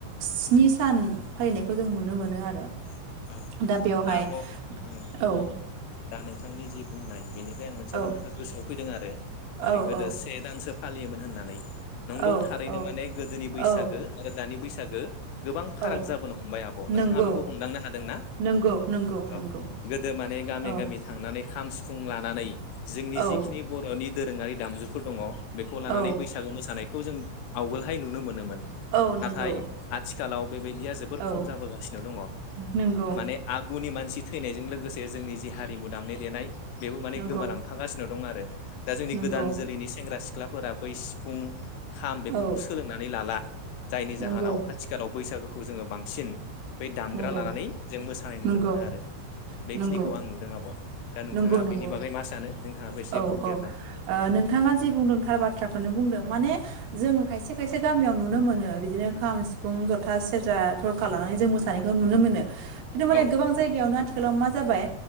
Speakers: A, on the right; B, on the left.
A: स्नि सान फालिनायखौ जों नुनो मोनो आरो।
B: <inaudible>
A: दा बेवहाय
B: आब' उम
A: औ
B: दा नोंथांनि जि बुंनाय बेनो फ्राय आं मोनसे
A: औ
B: बाथ्राखौ गोसोआव फैदों आरो। माने
A: औ
B: गोदो
A: औ
B: से दानसो फालियोमोन होननानै नंगौ
A: औ
B: थारैनो
A: औ
B: माने गोदोनि बैसागो
A: औ
B: आरो दानि बैसा सागो गोबां फाराग
A: औ
B: जाबोनो हमबाय आब' नोंथांङा
A: नंगौ
B: बेखौ हमदांनो हादोंना?
A: नंगौ नंगौ
B: औ
A: नंगौ
B: गोदो माने गामि
A: औ
B: गामि थांनानै खाम, सिफुं लानानै जोंनि
A: औ
B: जिखिनि बर'नि दोरोंङारि दामजुफोर दंङ बेखौ लानानै
A: औ
B: बैसागो मोसानाय खौ जों आवगोलहाय नुनो मोनोमोन।
A: औ नंगौ
B: नाथाय आथिखालाव बेबायदिया जोबोर
A: औ
B: खम जाबोगासिनो दंङ
A: नंगौ
B: माने आगुनि मानसि इ थैनायजों लोगोसे जोंनि जि हारिमु दामनाय देनाय बेबो माने
A: नंगौ
B: गोमालांफा गासिनो दं आर दा जोंनि
A: नंगौ
B: गोदान जोलैनि सेंग्रा सि ख्लाफोरा बै सिफुं खाम बेफोरखौ
A: औ
B: सोलोंनानै लाला जायनि जाहोनाव
A: नंगौ
B: आथिखालाव बैसागु खौ जों बां सिन बै दामग्रा
A: नंगौ
B: लानानै जों मोसानाय नुनो
A: नंगौ
B: मोनो आरो बे बेखिनिखौ
A: नंगौ
B: आं नुदों आब' दा नोंथाङा
A: नंगौ नंगौ
B: बेनि बागै मा सानो नोंथाङाबो एसे
A: औ
B: बुंदेरना
A: औ ओ
B: होदो
A: नोंथाङा जि बुंदों थार बाथ्राखौनो बुंदों माने जों खायसे खायसे एसे गामियाव नुनो मोनो बिदिनो खाम सिफुं जथा सेरजा थरखा लानानै जों मोसानायखौ नुनो मोनो खिन्थु माने
B: औ
A: गोबां जायगायावनो आथिखालाव मा जाबाय